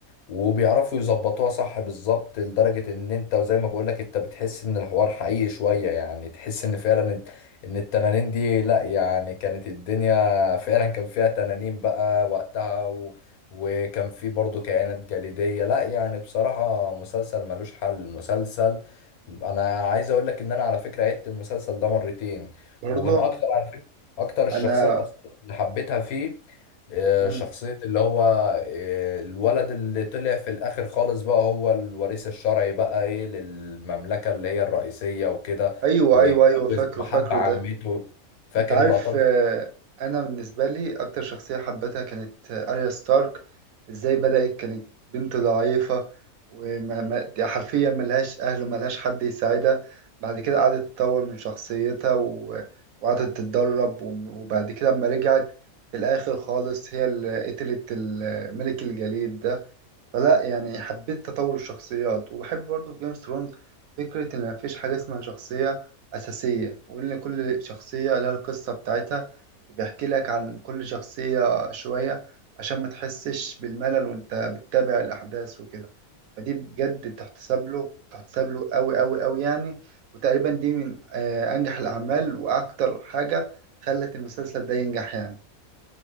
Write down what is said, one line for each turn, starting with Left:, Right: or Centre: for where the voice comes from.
Left: وبيعرفوا يظبطوها صح بالظبط لدرجة ان انت وزي ما بقولك انت بتحس ان الحوار حقيقي شوية يعني تحس ان فعلا ان إن التنانين دي لا يعني كانت الدنيا فعلا كان فيها تنانين بقى وقتها و... وكان في برضو كائنات جليدية لا يعني بصراحة مسلسل ملوش حل مسلسل انا عايز اقولك ان انا على فكرة عدت المسلسل ده مرتين
Right: برضه
Left: ومن اكتر على فكرة اكتر الشخصيات
Right: انا
Left: اصلا اللي حبيتها فيه آه،
Right: مم.
Left: شخصية اللي هو آه، الولد اللي طلع في الآخر خالص بقى هو الوريث الشرعي بقى إيه للمملكة اللي هي الرئيسية وكده
Right: ايوه
Left: واتجوز
Right: ايوه ايوه فاكره
Left: وحب
Right: فاكره
Left: عمته
Right: ده
Left: فاكر
Right: انت عارف
Left: اللقطات
Right: آه،
Left: دي؟
Right: انا بالنسبه لي اكتر شخصيه حبيتها كانت آه، اريا ستارك ازاي بدات كانت بنت ضعيفه وما ما- دي حرفيا ملهاش اهل وملهاش حد يساعدها بعد كده قعدت تطور من شخصيتها و... وقعدت تتدرب و- وبعد كده اما رجعت في الاخر خالص هي اللي قتلت ال- ملك الجليد ده فلا يعني حبيت تطور الشخصيات وبحب برضه في جيم اوف ثرونز فكرة إن مفيش حاجة اسمها شخصية أساسية وإن كل شخصية لها القصة بتاعتها وبيحكي لك عن كل شخصية شوية عشان ما تحسش بالملل وأنت بتتابع الأحداث وكده فدي بجد بتحتسب له بتحتسب له أوي أوي أوي يعني وتقريبا دي من آه، أنجح الأعمال وأكتر حاجة خلت المسلسل ده ينجح يعني